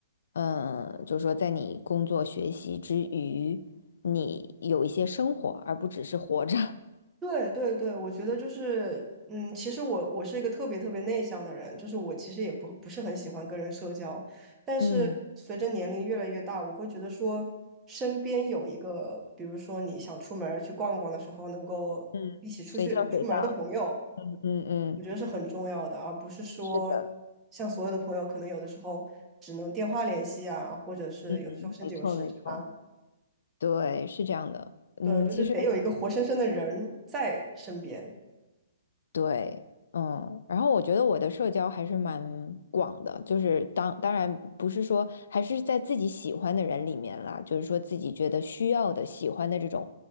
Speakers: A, on the left; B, on the right.
A: 嗯，就是说在你工作学习之余，你有一些生活，而不只是活着。<laughs>
B: 对对对，我觉得就是，嗯，其实我我是一个特别特别内向的人，就是我其实也不不是很喜欢跟人社交，但是随着年龄越来越大，
A: 嗯
B: 我会觉得说，身边有一个，比如说你想出门儿去逛逛的时候，能够一起出去出门儿的朋友，
A: 嗯，随叫随到。嗯嗯，
B: 我觉得是很重要的，而不是说
A: 是的，
B: 像所有的朋友，可能有的时候只能电话联系啊，或者是有的时候甚至有时差，
A: 嗯，没错没错，对，是这样的。嗯，
B: 对，就是得有一个活生生的人在身边，
A: 其实。对，嗯，然后我觉得我的社交还是蛮广的，就是当当然不是说还是在自己喜欢的人里面啦，就是说自己觉得需要的、喜欢的这种